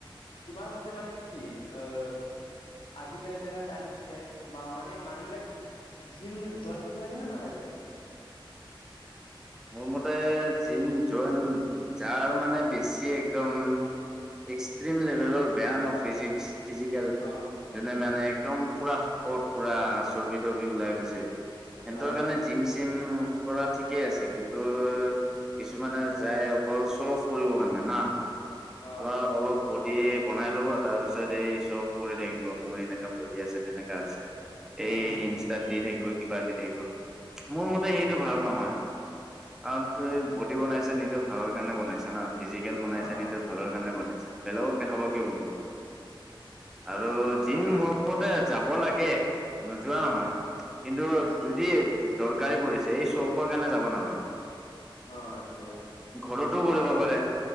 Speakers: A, on the left; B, in the centre.
A: তোমাৰ মতে মানে কি? আ আজি কালি যেনেকা টাইম থাকে, মানে মানুহ বিলাক জিম জইন কৰিব লাগে না নালাগে?
B: মোৰ মতে জিম জইন যাৰ মানে বেছি একদম এক্সট্ৰিম লেভেলৰ বেয়া ন ফিজিক ফিজিকেল
A: অ
B: যোনে মানে একদম পুৰা শকত পুৰা চৰ্বি তৰ্বি ওলাই গৈছে। সিহঁতৰ
A: অ
B: কাৰণে জিম চিম কৰা ঠিকে আছে। কিন্তু কিছুমানে যায় অকল চঅফ কৰিবৰ কাৰণে না।
A: অ
B: তোমাৰ অলপ বডি বনাই লব তাৰ পাছৰ চ অফ কৰি থাকিব, মোৰ এণেকা বদি আছে তেনেকা আছে এই
A: অ
B: ইনষ্টাত
A: ঠিক আছে
B: দি থাকিব কিবা দি থাকিব মোৰ মতে
A: অ
B: সেইটো ভাল নহয়। কাৰণ তু এই বডি বনাইছে নিজৰ ভালৰ কাৰণে বনাইচে ন, ফিজিকেল বানাইছে
A: অ
B: নিজৰ ভালৰ কাৰণে বনাইছে। বেলেগক দেখাব কিয় বনোৱা, আৰু জিম
A: দে
B: মোৰ <unintelligible> যাব লাগে নোযোৱা নহয় কিন্তু
A: উম
B: যদি দৰকাৰী পৰিছে এই চৌ কাৰণে যাব নালাগে।
A: অ এতিয়া
B: ঘৰতো কৰিব
A: অ
B: পাৰে